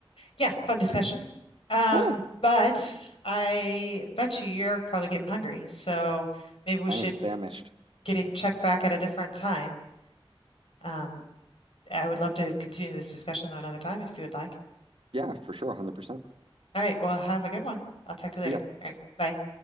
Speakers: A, on the left; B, on the right.
A: yeah, fun discussion. Um,
B: <laughs> cool.
A: but I bet you you're probably getting hungry. So maybe we
B: I
A: should
B: am famished.
A: getting check back at a different time. Um, I would love to continue this discussion though another time if you would like.
B: Yeah, for sure. 100%.
A: All right, well, have a good one. I'll talk to you
B: See
A: later.
B: ya.
A: All right, bye.